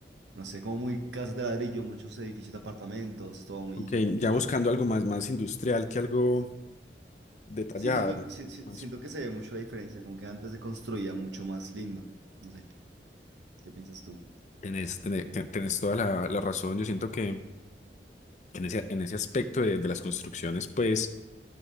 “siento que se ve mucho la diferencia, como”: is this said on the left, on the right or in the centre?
Right